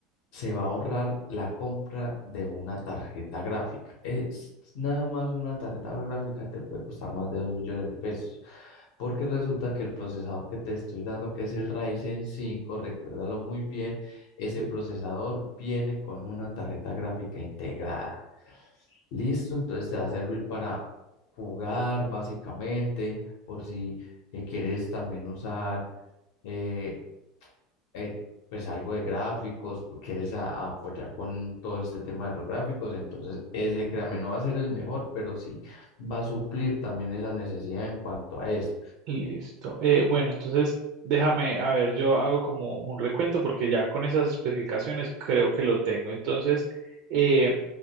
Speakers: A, on the left; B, on the right.
A: se va a ahorrar la compra de una tarjeta gráfica. Es nada más una tarjeta gráfica te puede costar más de 2 millones de pesos. Porque resulta que el procesador que te estoy dando, que es el Ryzen cinco recuérdalo muy bien, ese
B: Sí.
A: procesador viene con una tarjeta gráfica integrada. Listo, entonces te va a servir para jugar básicamente, por si eh, quieres también usar eh, eh, pues algo de gráficos, pues, quieres a- a apoyar con todo este tema de los gráficos, entonces ese créame no va a ser el mejor, pero sí va a suplir también esa necesidad en cuanto a eso.
B: Listo. Eh, bueno, entonces déjame, a ver, yo hago como un recuento porque ya con esas especificaciones creo que lo tengo. Entonces, eh,